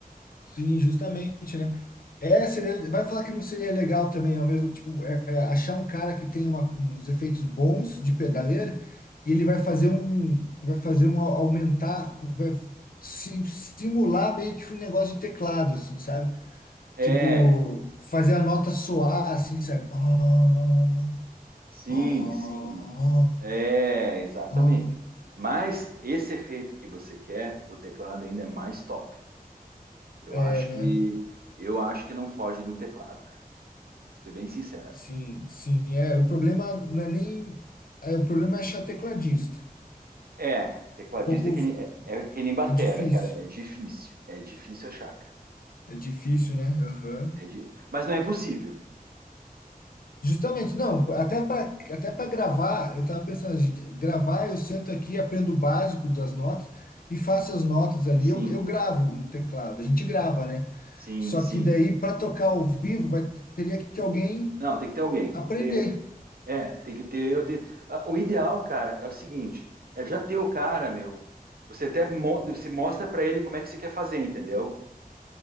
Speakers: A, on the left (about 70°); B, on the right (about 75°).
A: sim, justamente, né? É, seria- vai falar que não seria legal também, ao mesmo, tipo, é, é, achar um cara que tem uma- uns efeitos bons de pedaleira e ele vai fazer um, vai fazer um au- aumentar, com- vai si- simular meio que um negócio de teclado, assim, sabe?
B: é
A: Tipo, fazer a nota soar, assim, sabe? Oh,
B: sim
A: oh,
B: sim é exatamente
A: oh, oh.
B: mas esse efeito que você quer o teclado ainda é mais top Eu
A: É,
B: acho
A: né?
B: que eu acho que não foge de um teclado, cara. Pra ser bem sincero.
A: Sim, sim. É, o problema não é nem. É, o problema é achar tecladista.
B: É, tecladista
A: Um pouco.
B: é que nem, é, é que nem batera,
A: É difícil.
B: cara. É difícil. É difícil achar, cara.
A: É difícil, né? Aham.
B: É di- Mas não é impossível.
A: Justamente, não, até para até para gravar, eu tava pensando, gente, gravar, eu sento aqui, aprendo o básico das notas e faço as notas ali,
B: Sim,
A: eu, eu gravo um teclado, a gente grava, né?
B: sim,
A: Só
B: sim.
A: que daí para tocar ao vivo vai, teria que alguém
B: Não, tem que ter alguém.
A: aprender.
B: Tem que ter. É, tem que ter. Eu ter... Ah, O ideal, cara, é o seguinte: é já ter o cara, meu. Você até mo- você mostra pra ele como é que você quer fazer, entendeu?